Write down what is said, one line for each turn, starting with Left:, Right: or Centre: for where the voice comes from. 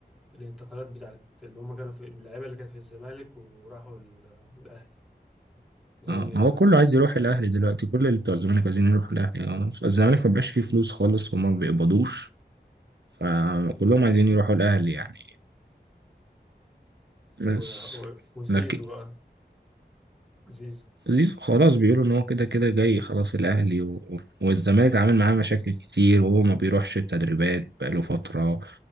Centre: الانتقالات بتاعت اللي هم كانوا في اللعيبة اللي كانت في الزمالك وراحوا ال- الأهلي زي
Right: اه هو كله عايز يروح الاهلي دلوقتي كل اللي بتوع الزمالك عايزين يروحوا الاهلي اه الزمالك ما بقاش فيه فلوس خالص وما بيقبضوش فكلهم عايزين يروحوا الاهلي يعني بس
Centre: و- و- وزيزو
Right: لكن
Centre: بقى زيزو
Right: زيزو خلاص بيقولوا ان هو كده كده جاي خلاص الاهلي و... والزمالك عامل معاه مشاكل كتير وهو ما بيروحش التدريبات بقاله فترة